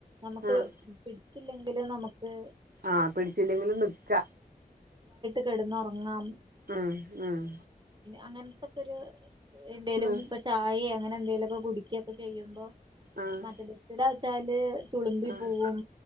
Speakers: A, on the right; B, on the right.
A: നമുക്ക്
B: ആഹ്
A: പിടി ച്ചില്ലെങ്കിലും നമക്ക്
B: ആഹ്, പിടിച്ചില്ലെങ്കിലും നിക്ക.
A: കിടന്നുറങ്ങാം.
B: ഉം ഉം.
A: അങ്ങനത്തൊക്കെ ഒരു എന്തേലും,
B: ഉം
A: ഇപ്പൊ ചായ അങ്ങനെ എന്തെലുമൊക്കെ കുടിക്കുകൊക്കെ ചെയ്യുമ്പോ
B: ആഹ്
A: മറ്റേ ബസ്സിലാച്ചാല് തുളുമ്പി
B: ആഹ്
A: പോവും,